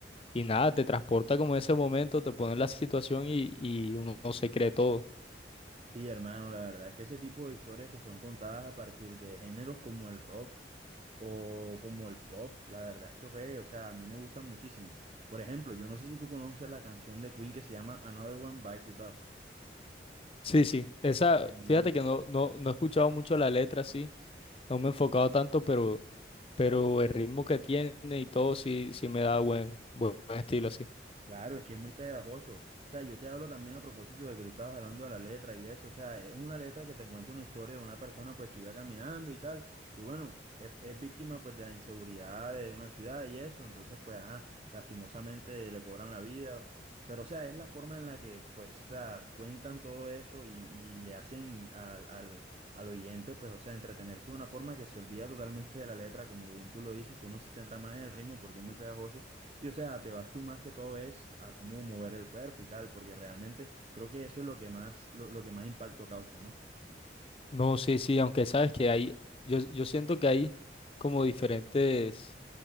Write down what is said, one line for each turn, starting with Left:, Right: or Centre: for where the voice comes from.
Left: y nada, te transporta como en ese momento, te pone en la situación y, y uno no se cree todo.
Right: Sí, hermano, la verdad es que ese tipo de historias que son contadas a partir de géneros como el rock o como el pop, la verdad es que, güey, o sea, a mí me gustan muchísimo. Por ejemplo, yo no sé si tú conoces la canción de Queen que se llama Another One Bites the Dust.
Left: Sí, sí, esa,
Right: Eh, hermano.
Left: fíjate que no, no, no he escuchado mucho la letra, sí, no me he enfocado tanto, pero... pero el ritmo que tiene y todo sí, sí me da buen, buen estilo así.
Right: Claro, es que es muy pegajoso. O sea, yo te hablo también a propósito de que tú estabas hablando de la letra y eso. O sea, es una letra que te cuenta una historia de una persona pues que iba caminando y tal. Y bueno, es, es víctima pues de la inseguridad de una ciudad y eso. Entonces, pues, ajá, lastimosamente le cobran la vida. Pero, o sea, es la forma en la que pues, o sea, cuentan todo eso y, y le hacen al, al, al oyente pues, o sea, entretenerse de una forma que se olvida totalmente de la letra, como bien tú lo dices, que uno se centra más en el ritmo porque es muy pegajoso y o sea, te vas tú más que todo es a cómo mover el cuerpo y tal, porque realmente creo que eso es lo que más, lo, lo que más impacto causa, ¿no?
Left: No, sí, sí, aunque sabes que hay, yo, yo siento que hay como diferentes,